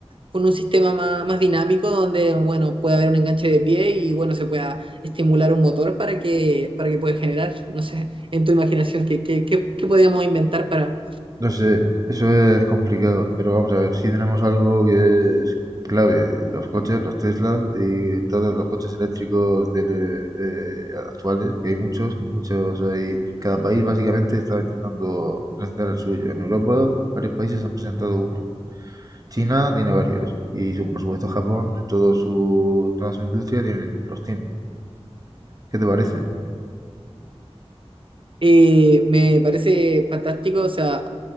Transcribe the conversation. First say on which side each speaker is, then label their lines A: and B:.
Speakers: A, on the right; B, on the right.
A: con un sistema más, más dinámico donde, bueno, puede haber un enganche de pie y, bueno, se pueda estimular un motor para que, para que pueda generar, no sé, en tu imaginación, qué, qué, qué, qué podríamos inventar para...
B: No sé, eso es complicado, pero vamos a ver, si tenemos algo que es clave, los coches, los Tesla y todos los coches eléctricos de, de- actuales, que hay muchos, muchos hay, cada país básicamente está intentando presentar el suyo. En Europa varios países han presentado uno, China tiene varios y su- por supuesto Japón, todo su, toda su industria tiene, los tiene. ¿Qué te parece?
A: Eh, me parece fantástico, o sea,